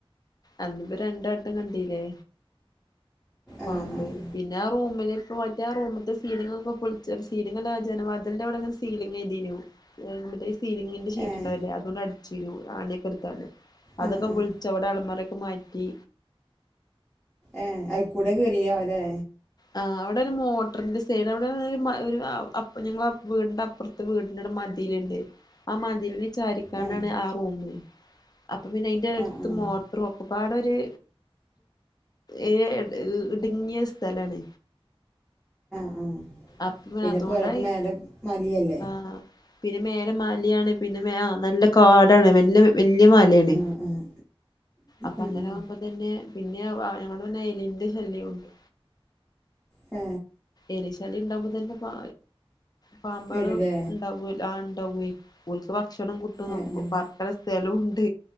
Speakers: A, on the left (about 40°); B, in the centre.
A: അന്ന്പ്പ രണ്ട് വട്ടം കണ്ടീല്ലേ?
B: ആഹ്
A: പാമ്പ്
B: ആഹ്
A: പിന്നെ ഒറ് റൂമില് പോയിറ്റാ റൂമത്തെ സീലിങ്ങോക്കെ പൊളിച്ച <unintelligible> സീലിങ്ങല്ല. ആ ജന വാതിലിന്റെ അവിടെ സീലിങ്ങെയ്തെനു മറ്റേ ഈ സീലിങ്ങിന്റെ ഷീറ്റ്
B: ഏഹ്
A: ഇണ്ടാവില്ലേ അതുകൊണ്ട് അടിച്ചേനു. ആണിയൊക്കെ എടുത്താണ്ട്. അതൊക്കെ
B: ആഹ് ആഹ്
A: പൊളിച്ചവടെ അലമാരൊക്കെ മാറ്റി
B: ഏ അയിക്കൂടെ കേറിയാവോല്ലേ
A: ആ അവടെ ഒരു മോട്ടർന്റെ സൈഡ് അവിടെ ഒര് ഒര് ആ അപ്രത്തെ ഞങ്ങട വീടിന്റെ അപ്പുറത്തേ വീടിന്റെ ഒര് മ മതിലുണ്ട് ആ മതിൽനേ ചാരിക്കാണ്ടാണ്
B: ഏഹ്
A: ആ റൂമ് അപ്പ പിന്നെ അയിന്റെ അടുത്ത്
B: ആഹ് ആഹ്
A: മോട്ടറും ഒക്കെപ്പാടൊര് ഏ ഹ് ത് ഇടുങ്ങിയ സ്ഥലാണ്.
B: ആ
A: അപ്പൊ
B: പിന്നെ
A: അതുകൊണ്ടായി
B: പോരാത്തേന് മേലെ മലിം അല്ലേ.
A: ആഹ് പിന്നെ മേല മലിയാണ് പിന്നെ ആ നല്ല കാടാണ് വല്ല വല്യ ല്യ മലേണ്
B: ആഹ് ആഹ്
A: അപ്പ
B: ഉം
A: അങ്ങനെ
B: ഉം
A: ആവുമ്പത്തന്നെ പിന്നെ വാ ഞങ്ങടാ <unintelligible> എലിന്റെ ശല്യോണ്ട്.
B: ആ
A: എലിശല്യണ്ടാവുമ്പോത്തന്നെ പ പാമ്പോളും
B: വരൂലേ
A: ഉണ്ടാവൂല്ലോ. ആൺ ആ ഉവ്വേ. ഓര്ക്ക് ഭക്ഷണം കിട്ടും
B: ഏഹ് ഏഹ്
A: പാർക്കാൻള്ള സ്ഥലുംണ്ട്